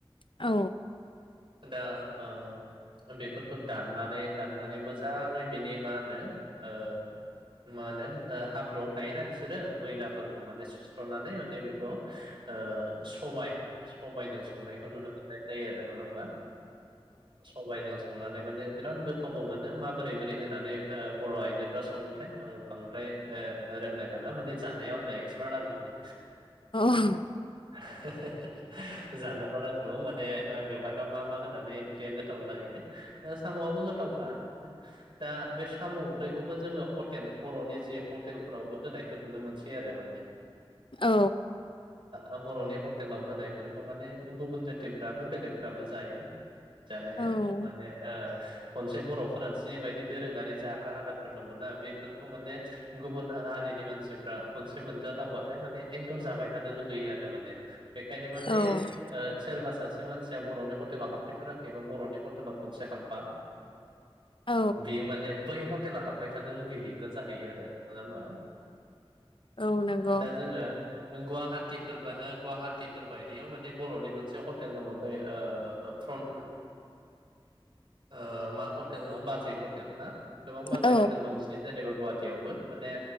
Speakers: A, on the left (about 60°); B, on the right (about 65°).
A: औ।
B: दा ओ बेफोरखौ दाननानै दाननानै मोजाङै बिनि मा होनो ओ मा होनो हाब्रुआव थायोना बिसोरो मैलाफोर माने सुस्र'नानै माने बेखौ ओ सबाय सबाइजों संनायखौ नुनो मोननाय जायो आरो नङा होमबा सबाइजों संनानै माने बिराद गोथावबो मोनो मा बोरै बोरै होनानै ओ बर' आइजोफ्रा संङोथाय आं बांद्राय ओ रोंलाय लाङा माने जानायाव आङो एक्सपार्ट आरो माने
A: अह।
B: <unintelligible> जानो बा रों गौ माने बेवहायबा मा मा होनानै ओंख्रिया गोथाव जाहैयो साम'आबो गोथावखा। दा बे साम' ओंख्रिखौबो जोङो हटेल बर'नि जे हटेलफोरावबो होनायखौ नुनो मोनसै आरो माने
A: औ।
B: ओ बर'नि हटेलाव होनायफोरखौ माने गुबुन जाथिफ्राबो बेलेगफ्राबो जायो। जानाया
A: औ
B: माने ओ खनसे बर'फोरा जिबायदि दोरोङारि जाग्रा आदारफोर दंङ'ना बेफोरखौ माने गुबुन हा रिनि मानसिफ्रा खनसे मोन दावबाथाय माने एकदम जाबाय थानो लुुबैयो आरो माने बेखायनो मा
A: औ
B: इयो ओ सोरबा सासे से मानसिया बर'नि हटेलाव हाबफैथाराखै बा बर'नि हटेलाव खनसे हाबबा
A: औ
B: बेयो माने बै ह' हटेला हाबबाय थानो लुगैहैग्रा जाहैयो आरो नङा होमबा?
A: औ नंगौ
B: दा जोङो गुवाहाटिफोर गुवाहाटिफोर बायदियाव माने बर'नि मोनसे हटेल दङ बे ओ <unintelligible>
A: <inaudible>
B: ओ मा हटेल होनो बाजै हटेल ना? गोबां बाजै
A: औ
B: हटेल दंसै जेनेबा गुवाहाटियावबो माने